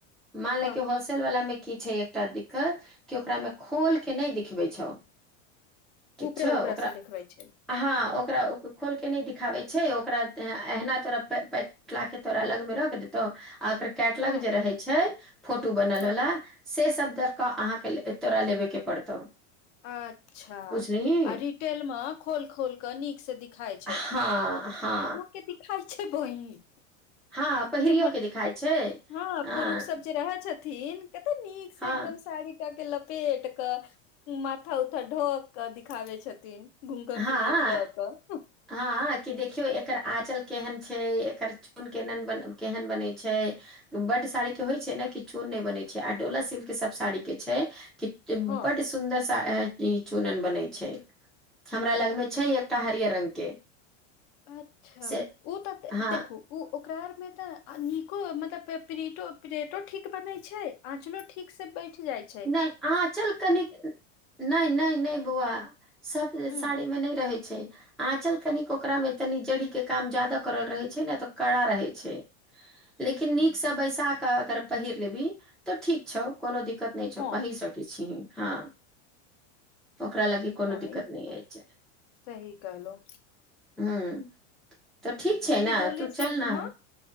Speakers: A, in the centre; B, on the left.
A: मान
B: हँ
A: ले कि हॉस्पिटल ल वला मे की छै एकटा दिक्कत क ओकरा मे खोल के नहि दिखबे छौ ठीक
B: ऊपरे
A: छौ
B: ऊपरा
A: ओकरा
B: से देखबै छै
A: ह ओकरा ओ खोल के नहि दिखाबे छै ओकरा एहना तोरा कटलाके तोरा अलगमे रख देतौ आ ओकर कैटलग
B: हँ
A: जे रहै छै फोटो बनलवला
B: हँ
A: से सब देख कऽ अहाँके तोरा लेबेके पड़तौ
B: अच्छा
A: बुझलिही
B: आ रिटेल मे खोल खोल के नीक से दिखाई छै
A: हँ हँ
B: कती खाइ छै बहिन
A: हँ पहिरियो
B: जे
A: के दिखाइ छै
B: महाँ
A: हँ
B: पुरुष सब जे रहै छथिन थिन कते नीक से
A: हँ
B: एकदम साड़ी टा कऽ लपेट कऽ माथा उथा ढक दिखाबै छथिन घुघट
A: हँ
B: ूघट लऽ कऽ
A: हँ कि देखियौ एकर आँचल केहन छै एकर चून केहनन केहन बनै छै बड साड़ीक के होइ छै ने कि चून नहि बनैत छै आ डोला सिल्क सब साड़ी कऽ छै कि की
B: हँ
A: बड सुन्दर सा ऐ इ चूनन बनय छै। हमरा लग में छै एकटा हरियर रंग। के
B: अच्छा,,,,
A: से
B: ऊ तऽ त
A: हँ
B: देखू। उ ओकरा आर मे तऽ अनीको मतलब प परीटो परेटो ठीक बनय छै। आँचलो ठीक सऽ बैठ जाइत।
A: नय आँचल कनिक। नय, नय, नय बौआ सभ
B: हूं
A: साड़ी में नय रहय छै। आँचल कनिक ओकरा में तनी जड़ी के काम ज्यादा करल रहय छै, नऽ तऽ कड़ा रहय छै। लेकिन निक से बैसा कऽ अगर पहिर लेभी, तऽ ठीक छौ कोनो दिक्कत नय छौ
B: हँ
A: पहिर सकय छिःही, हाँ। ओकरा लागई कोनो
B: नहि
A: दिक्कत
B: ई
A: नहियें
B: तऽ
A: छै।
B: सही कहलौं
A: हुँ, तऽ ठीक छै
B: तो ही
A: ने
B: डोले
A: तू
B: सिल्क
A: चल नऽ
B: मे